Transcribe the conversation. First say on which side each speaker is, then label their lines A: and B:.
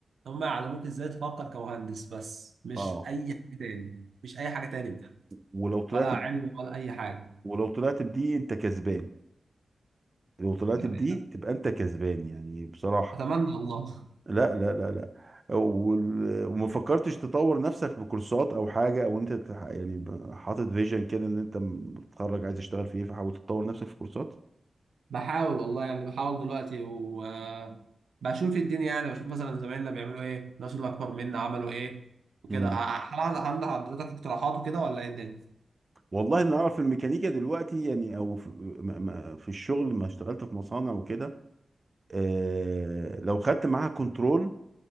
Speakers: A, on the right (about 85°); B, on the right (about 30°).
A: هم يعلموك إزاي تفكر كمهندس بس مش
B: اه
A: أي حاجة تاني مش أي حاجة تاني بجد
B: ولو طلعت
A: ولا
B: ب...
A: علم ولا أي حاجة
B: ولو طلعت بدي انت كسبان لو طلعت
A: يعني
B: بدي تبقى انت كسبان يعني بصراحة
A: أتمنى الله
B: لا لا لا لا وال- وما فكرتش تطور نفسك بكورسات او حاجة او انت تح- يعني ب- حاطط فيجن كده ان انت م- بتتخرج عايز تشتغل في ايه فحاول تطور نفسك في كورسات
A: بحاول والله يعني بحاول دلوقتي وبشوف الدنيا يعني بشوف مثلا زمايلنا بيعملوا إيه الناس اللي أكبر منا عملوا إيه وكده
B: امم
A: هل عندك حضرتك اقتراحات وكده ولا إيه الدنيا؟
B: والله إن اعرف الميكانيكا دلوقتي يعني او في, ما- ما- في الشغل ما اشتغلت في مصانع وكده آه لو خدت معاها كنترول